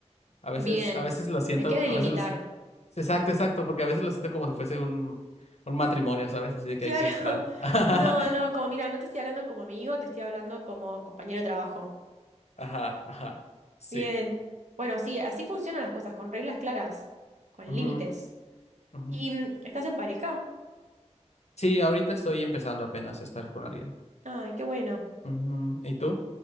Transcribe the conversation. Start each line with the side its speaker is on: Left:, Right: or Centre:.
Left: A veces,
Right: bien,
Left: a veces lo siento,
Right: hay que delimitar.
Left: a veces lo siento. Exacto, exacto, porque a veces lo siento como si fuese un, un matrimonio, ¿sabes? Así de que
Right: Claro,
Left: hay que estar.
Right: <laughs>
Left: <laughs>
Right: no, no, como mira, no te estoy hablando como amigo, te estoy hablando como compañero de trabajo.
Left: Ajá, ajá. Sí.
Right: Bien. Bueno, sí, así funcionan las cosas, con reglas claras, con
Left: Ujú,
Right: límites.
Left: ujú.
Right: ¿Y mm, estás en pareja?
Left: Sí, ahorita estoy empezando apenas a estar con alguien.
Right: Ay, qué bueno.
Left: Ujú, ¿Y tú?